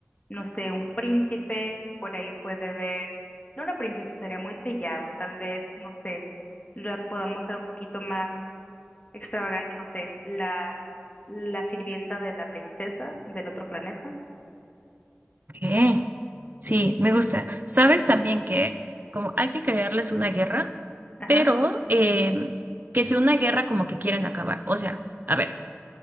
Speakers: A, on the left (about 30°); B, on the right (about 40°).
A: no sé, un príncipe, por ahí puede ver, no una princesa, sería muy trillado, tal vez, no sé, la podamos hacer un poquito más extravagante, no sé, la, la sirvienta de la princesa del otro planeta,
B: ok, sí, me gusta. Sabes también que, como hay que crearles una guerra,
A: ajá,
B: pero eh, que sea una guerra como que quieren acabar. O sea, a ver.